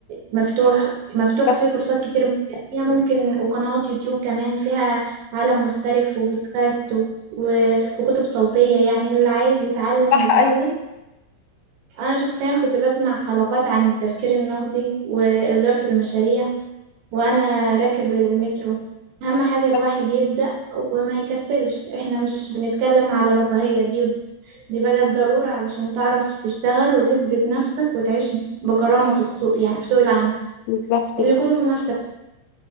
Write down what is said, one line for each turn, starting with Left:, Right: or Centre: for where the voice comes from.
Right: مفتوح مفتوح
Left: بالظبط
Right: فيه كورسات كتير مجانية ممكن وقنوات يوتيوب كمان فيها عالم محترف وبودكاست و- و- وكتب صوتية يعني اللي عايز يتعلم
Left: صح
Right: هيتعلم
Left: ايوه
Right: أنا شخصيا كنت بسمع حلقات عن التفكير النقدي وإدارة المشاريع وانا راكب المترو اهم حاجة الواحد
Left: بالظبط
Right: يبدأ وما يكسلش احنا مش بنتكلم على رفاهية دي دي بقت ضرورة علشان تعرف تشتغل وتثبت نفسك وتعيش بكرامة في السوق يعني في سوق العمل
Left: بالظبط
Right: اللي كله منافسة